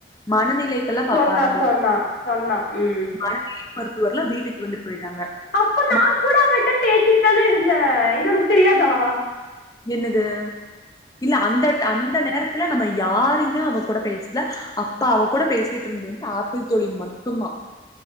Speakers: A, on the left; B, on the left.
A: மனநிலை எல்லா பாப்பாங்கள
B: சொன்னா சொன்னா சொன்னா ம்
A: மனநிலை மருத்துவர்லா வீட்டுக்கு வந்துட்டு போயிட்டாங்க
B: அப்போ நா
A: ம
B: கூட அவட்ட பேசிட்டு தான இருந்தே இது ஒனக்கு தெரியாதா
A: என்னது இல்ல அந்த அந்த நேரத்துல நம்ம யாரையுமே அவ கூட பேசல அப்ப அவ கூட பேசிட்டு இருந்துன்ட்டு ஆப்பிள் தோழி மட்டுந்தா